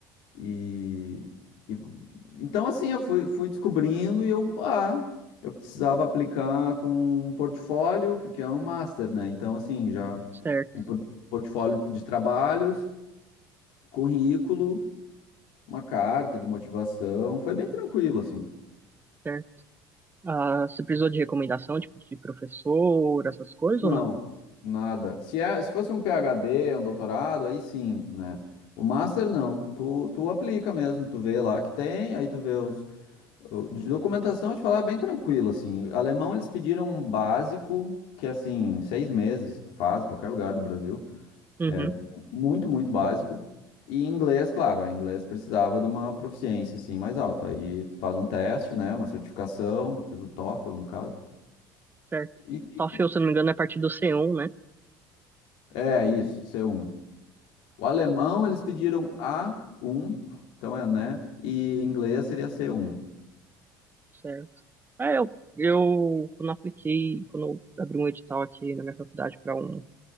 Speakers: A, on the left; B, on the right.
A: E, e- então assim, eu fui, fui descobrindo e eu, ah, eu precisava aplicar com um portfólio, porque era um master, né? Então assim, já
B: certo,
A: um por- portfólio de trabalhos, currículo, uma carta de motivação, foi bem tranquilo assim.
B: certo. Ah, você precisou de recomendação, tipo, de professor, essas coisas
A: Não,
B: ou não?
A: nada. Se é, se fosse um PhD, um doutorado, aí sim, né? O master não. Tu, tu aplica mesmo, tu vê lá que tem, aí tu vê os O- De documentação, eu te falar, é bem tranquilo, assim. Alemão, eles pediram um básico, que é, assim, seis meses tu faz, em qualquer lugar do Brasil.
B: Uhum,
A: É muito, muito básico. E inglês, claro, a inglês precisava de uma proficiência, assim, mais alta. Aí faz um teste, né, uma certificação, fiz o TOEFL, no caso.
B: certo.
A: E... e-
B: TOEFL, se eu não me engano, é a partir do C1, né?
A: É, isso, c um O alemão, eles pediram a um então é, né, e inglês seria c um
B: Certo. É, eu, eu quando apliquei, quando eu abri um edital aqui na minha faculdade para um,